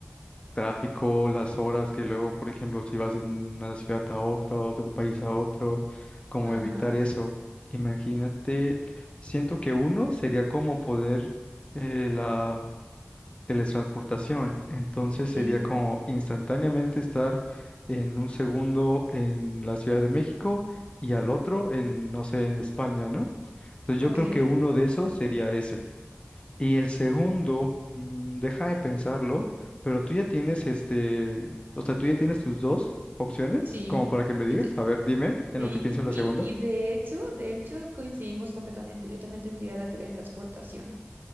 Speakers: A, on the left; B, on the right.
A: tráfico, las horas que luego, por ejemplo, si vas de una ciudad a otra o de un país a otro, cómo
B: Ajá,
A: evitar eso. Imagínate, siento que uno sería como poder eh, la teletransportación, entonces
B: sí,
A: sería como instantáneamente estar en un segundo en la Ciudad de México y al otro en, no sé, en España, ¿no? Entonces
B: ok,
A: yo creo que uno de esos sería ese. Y el segundo, mm, deja de pensarlo, pero tú ya tienes este, o sea, tú ya tienes tus dos opciones,
B: sí.
A: como para que me digas,
B: Yo te-
A: a ver, dime en
B: sí.
A: lo que pienso la
B: Y,
A: segunda.
B: y de hecho, de hecho coincidimos completamente. Yo también tendría la teletransportación.